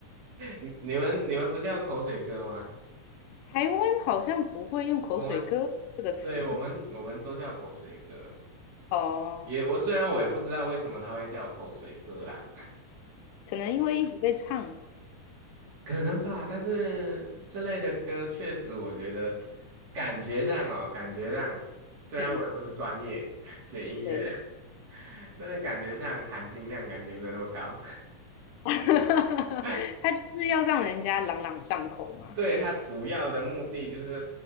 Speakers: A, on the right (about 55°); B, on the left (about 80°).
A: 你你们你们不叫口水歌吗？
B: 台湾好像不会用口水歌这个词
A: 我们对我们我们都叫口水歌。
B: 哦，
A: 也我虽然我也不知道为什么他会叫口水歌啦，
B: 可能因为一直被唱，
A: 可能吧。但是这类的歌确实，我觉得感觉上哦，感觉上虽然我也不是专业
B: 嗯，
A: <laughs> 学音乐的，
B: 对，
A: 但是感觉上含金量感觉没有那么高。
B: <laughs>
A: <laughs>
B: 他就是要让人家朗朗上口嘛，
A: 对，它主要的目的就是